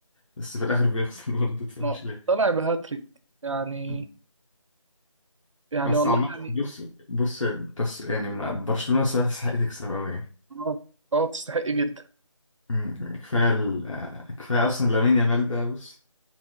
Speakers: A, on the left (about 70°); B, on the right (about 70°).
A: بس في الاخر بيخسر <laughs> برضه تفهمش
B: نقط
A: ليه
B: طلع بهاتريك يعني
A: مم.
B: يعني
A: بس
B: والله
A: عامة
B: يعني
A: بص بص بس يعني ما- برشلونة صراحة تستحق تكسب أوي يعني
B: اه اه تستحق جدا
A: أمم، كفاية ال... آه، كفاية أصلا لامين يامال ده بص